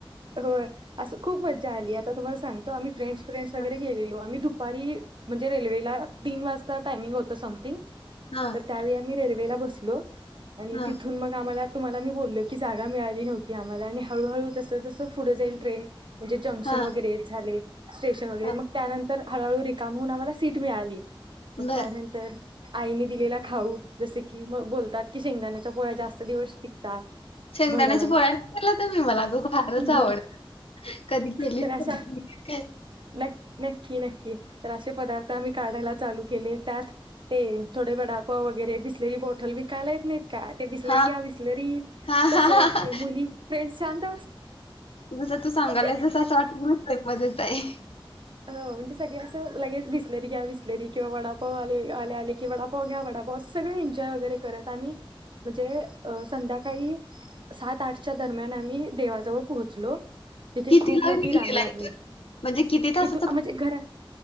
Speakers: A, on the right; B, on the left.
A: होय. असं खूप मज्जा आली. आता तुम्हाला सांगतो आम्ही फ्रेंड्स फ्रेड्स वगैरेलेलो
B: हा
A: आम्ही दुपारी म्हणजे रेल्वेला तीन वाजता टायमिंग होत समथिंग
B: हा
A: तर त्यावेळी आम्ही रेल रेल्वेला बसलो. आणि
B: हा
A: तिथून मग आम्हाला तुम्हाला मी बोललो की जागा मिळाली नव्हती आम्हाला आणि हळूहळू जसं जसं पुढे जाईल ट्रेन म्हणजे जंक्शन
B: हा
A: वगैरेे झाले स्टेशन वगैरे
B: हा.
A: मग त्यानंतर तर हळूहळू रिकाम हुन आम्हाला सीट मिळाली.
B: बर
A: त्यानंतर आईने दिलेला खाऊ जसे की मग बोलतात की शेंगदाण्याच्या पोळ्या जास्त दिवस टिकतात.
B: शेंगदाण्याची
A: भडंग
B: पोळ्या नाही केला तुम्ही मला तर फारच
A: हो
B: आवड कधी गेली
A: तर अशा
B: <unintelligible>
A: न नक्की नक्की तर असे पदार्थ आम्ही काढायला चालू केले त्यात ते थोडे वडा पाव वगैरे बिसलेरी बॉटल विकायला येत नाहीत. का ते बिसलरी
B: हा
A: या बिसलरी
B: हा
A: तसं
B: हा हा
A: एक
B: हा.
A: ते मुली फ्रेंडस शांत
B: जस तू
A: बस
B: सांगायलायस जस असं वाटत न तर मजेत आहे.
A: हो म्हणजे सगळे असं लगेच बिसलेरी घ्या बिसलेरी किंवा वडापाव आले आले आले कि वडापाव घ्या वडापाव असे सगळे एन्जॉय वगैरे करत आम्ही म्हणजे संध्याकाळी सात आठच्या दरम्यान आम्ही देवाजवळ पोहोचलो. तिथे
B: कितिला
A: खूप मोठी
B: निघलाय
A: रांग लागली
B: म्हणजे किती तास
A: इथून म्हणजे घरा